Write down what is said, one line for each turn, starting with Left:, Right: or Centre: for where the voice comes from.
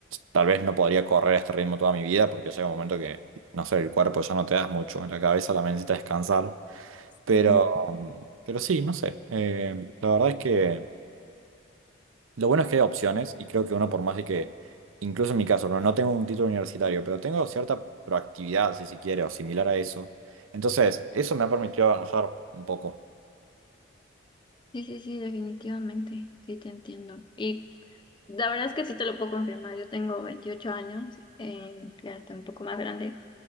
Right: tal vez no podría correr a este ritmo toda mi vida porque llega un momento que, no sé, el cuerpo ya no te das mucho, la cabeza también necesita descansar. Pero,
Left: sí.
Right: pero sí, no sé. Eh, la verdad es que lo bueno es que hay opciones y creo que uno, por más de que, incluso en mi caso, no, no tengo un título universitario, pero tengo cierta proactividad, si se quiere, o similar a eso. Entonces, eso me ha permitido avanzar un poco.
Left: Sí, sí, sí, definitivamente, sí te entiendo. Y La verdad es que sí te lo puedo confirmar. Yo tengo 28 años, eh, ya estoy un poco más grande,